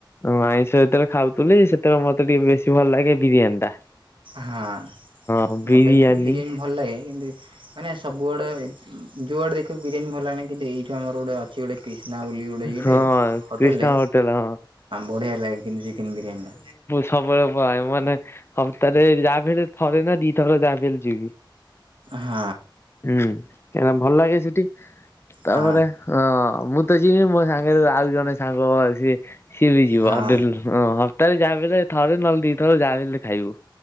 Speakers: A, on the left (about 30°); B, on the right (about 80°).
A: ହଁ ଆଇଁଷ ଯେତେବେଳେ ଖାଉଥିଲି ସେତେବେଳେ ମତେ ଟିକେ ବେଶୀ ଭଲ ଲାଗେ। ବିରିୟାନ ଟା
B: ହଁ
A: ହଁ
B: ମୋତେ
A: ବିରିୟାନୀ।
B: ବି ତ ଭଲ ଲାଗେ କିନ୍ତୁ ମାନେ ସବୁଆଡେ ଯୁଆଡେ ଦେଖିବ ବିରିୟାନୀ ଭଲ ଲାଗେ କିନ୍ତୁ ଏଇଠୁ ଆମର ଗୋଟେ ଅଛି ଗୋଟେ ସନା ବୋଲି ଗୋଟେ ଇଟେ
A: ହଁ
B: ହୋଟେଲରେ
A: କ୍ରିଷ୍ଣା ହୋଟେଲ ହଁ
B: ବଢ଼ିଆ ଲାଗେ କିନ୍ତୁ ଚିକେନ ବିରିୟାନୀଟା।
A: ସବର ଉପ ମାନ ହପ୍ତାହରେ ଯାହାବି ହେଲେ ଥରେ ନା ଦିଥର ଯାହାବି ହେଲେ ଯିବି।
B: ହଁ।
A: ହୁଁ ଭଲ ଲାଗେ ସେଠି ତାପରେ
B: ହଁ
A: ଅ ମୁଁ ତ। ଯ ମୋ ସାଙ୍ଗରେ ଆଉ ଜଣେ ସାଙ୍ଗ ସି ସିଏ ବି ଯିବ
B: ହଁ
A: ହୋଟେଲ। ରେ ଯାହାବି ହେଲେ ଥରେ ନହେଲେ ଦିଥର ଯାହାବି ହେଲେ ଖାଇବୁ।